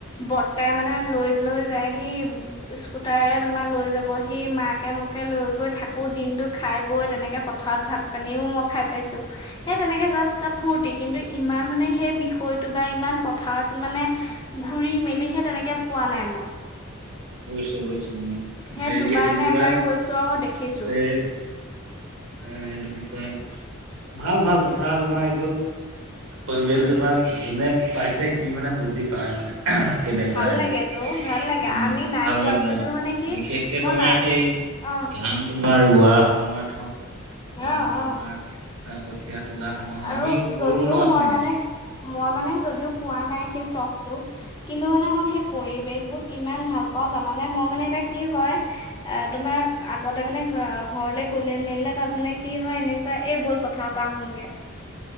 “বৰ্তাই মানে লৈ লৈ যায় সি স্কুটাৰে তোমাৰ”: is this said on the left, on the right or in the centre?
Left